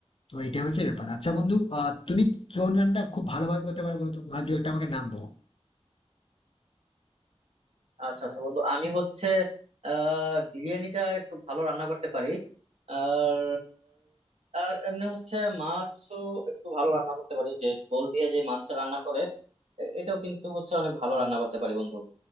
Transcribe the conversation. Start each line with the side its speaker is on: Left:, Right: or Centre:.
Left: তো এটা হচ্ছে ব্যাপার আচ্ছা বন্ধু আহ, তুমি কোন রান্নাটা খুব ভালোভাবে করতে পারো বলো তো আর দু একটা আমাকে নাম বলো
Right: আচ্ছা আচ্ছা বন্ধু আমি হচ্ছে আহ বিরিয়ানিটা একটু ভালো রান্না করতে পারি আর আর এমনি হচ্ছে মাছও একটু ভালো রান্না করতে পারি যে ঝোল দিয়ে যে মাছটা রান্না করে এ- এটাও কিন্তু হচ্ছে অনেক ভালো রান্না করতে পারি বন্ধু